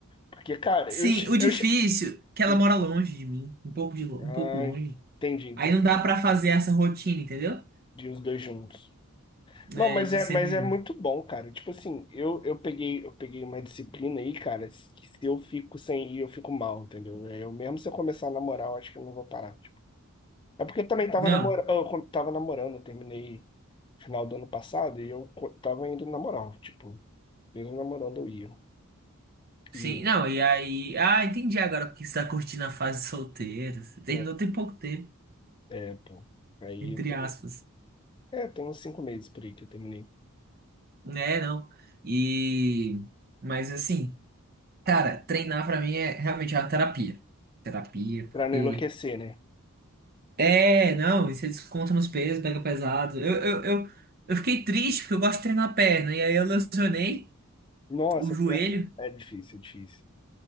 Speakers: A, on the left; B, on the right.
A: Porque, cara,
B: sim,
A: eu. che-
B: o
A: eu
B: difícil
A: che-
B: é que ela
A: Hum,
B: mora longe de mim, um pouco de, lo-
A: Ah,
B: um pouco longe.
A: entendi, entendi.
B: Aí não dá pra fazer essa rotina, entendeu?
A: De os dois juntos. Não,
B: É,
A: mas
B: de
A: é,
B: sempre
A: mas é
B: junto.
A: muito bom, cara. Tipo assim, eu, eu peguei, eu peguei uma disciplina aí, cara, que se eu fico sem ir, eu fico mal, entendeu? É, Eu mesmo se eu começar a namorar, eu acho que eu não vou parar. tipo. É porque eu também tava
B: Não.
A: namorando, eu tava namorando, eu terminei final do ano passado e eu co- tava indo na moral, tipo, mesmo namorando eu ia.
B: Sim,
A: E
B: não, e aí, ah, entendi agora porque você tá curtindo a fase solteira. Você terminou
A: é,
B: tem pouco tempo,
A: é, pô, aí
B: entre
A: eu tô,
B: aspas.
A: é, tem uns cinco meses por aí que eu terminei.
B: Né, não. E mas assim, cara, treinar pra mim é realmente é uma terapia. Terapia, porque
A: Pra não enlouquecer, né?
B: É, não, e você desconta nos pesos, pega pesado. Eu, eu, eu, eu fiquei triste porque eu gosto de treinar a perna. E aí eu lesionei
A: Nossa,
B: o joelho
A: é, é difícil, é difícil.